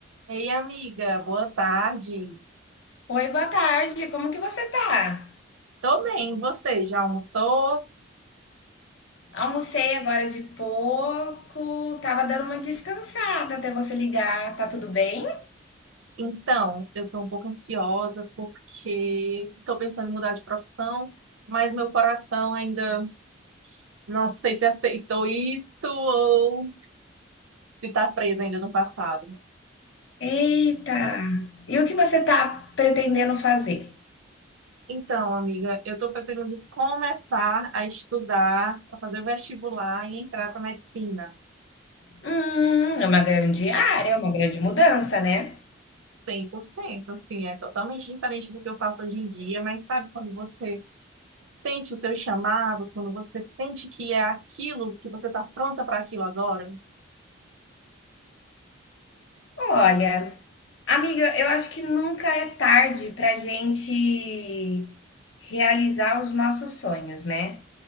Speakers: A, on the right (about 80°); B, on the left (about 70°).
A: Ei, amiga, boa tarde.
B: Oi, boa tarde. Como que você tá?
A: Tô bem, você já almoçou?
B: Almocei agora de pouco, tava dando uma descansada até você ligar. Tá tudo bem?
A: Então, eu tô um pouco ansiosa porque tô pensando em mudar de profissão, mas meu coração ainda não sei se aceitou isso ou se tá preso ainda no passado.
B: Eita! E o que você tá pretendendo fazer?
A: Então, amiga, eu tô pretendendo começar a estudar, a fazer o vestibular e entrar para medicina.
B: Hum, é uma grande área, é uma grande mudança, né?
A: 100%, assim, é totalmente diferente do que eu faço hoje em dia, mas sabe quando você sente o seu chamado, quando você sente que é aquilo, que você está pronta para aquilo agora?
B: Olha, amiga, eu acho que nunca é tarde pra gente realizar os nossos sonhos, né?